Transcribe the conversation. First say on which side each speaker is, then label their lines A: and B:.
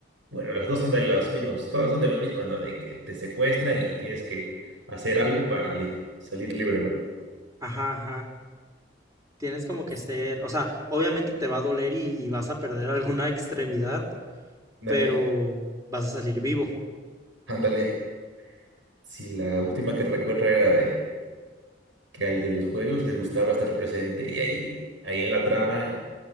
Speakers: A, on the right; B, on the right.
A: bueno, las dos son de los mismos, todas son de lo mismo, ¿no? De que te secuestran y tienes que hacer algo para li- salir libre, ¿no?
B: Ajá, ajá. Tienes como que ser, o sea, obviamente te va a doler y, y vas a perder alguna <laughs> extremidad,
A: Ándale,
B: pero vas a salir vivo.
A: ándale. Si la última que recuerdo era de que al de los juegos les gustaba estar presente y ahí, ahí en la trama